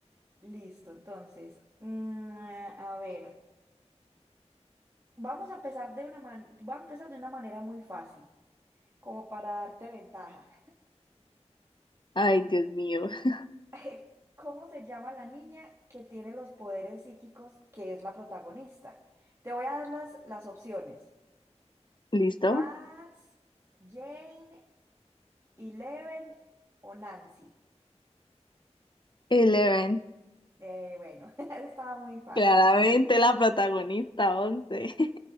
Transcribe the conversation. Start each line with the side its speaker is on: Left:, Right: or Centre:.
Right: Listo, entonces, mm, a ver, vamos a empezar de una man- voy a empezar de una manera muy fácil. como para darte ventaja.
Left: Ay, Dios mío. <laughs>
Right: <laughs> ¿Cómo se llama la niña que tiene los poderes psíquicos que es la protagonista? Te voy a dar las, las opciones.
Left: ¿Listo?
Right: Max, Jane, Eleven o Nancy.
Left: Eleven.
Right: Eh, bueno, <laughs> esa estaba muy fácil.
Left: Claramente la protagonista, once. <laughs>